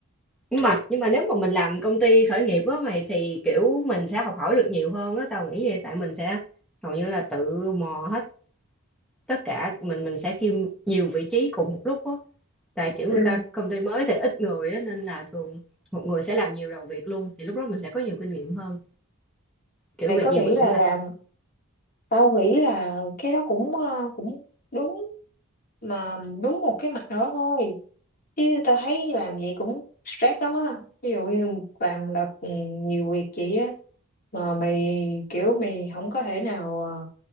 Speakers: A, in the centre; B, on the left (about 40°).
A: nhưng mà nhưng mà nếu mà mình làm công ty khởi nghiệp á mày thì kiểu mình sẽ học hỏi được nhiều hơn á tao nghĩ vậy tại mình sẽ hầu như là tự mò hết tất cả mình mình sẽ kiêm nhiều vị trí cùng một lúc á tại kiểu
B: Ừ.
A: người ta công ty mới thì ít người á nên là thường một người sẽ làm nhiều đầu việc luôn thì lúc đó mình sẽ có nhiều kinh nghiệm hơn kiểu
B: mày
A: việc
B: có
A: gì
B: nghĩ
A: mình
B: là
A: cũng làm
B: làm tao nghĩ là cái đó cũng ờ, cũng đúng mà đúng một cái mặt đó thôi chứ tao thấy làm vậy cũng stress lắm á ví dụ như làm là ừ, nhiều việc vậy á mà mày kiểu mày không có thể nào ờ,